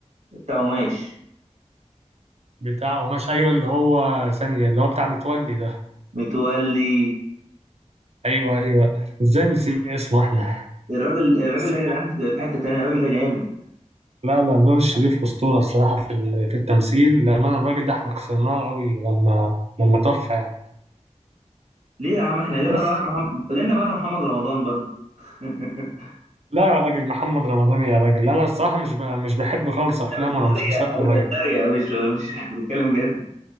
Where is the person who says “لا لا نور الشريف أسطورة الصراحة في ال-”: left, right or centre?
Right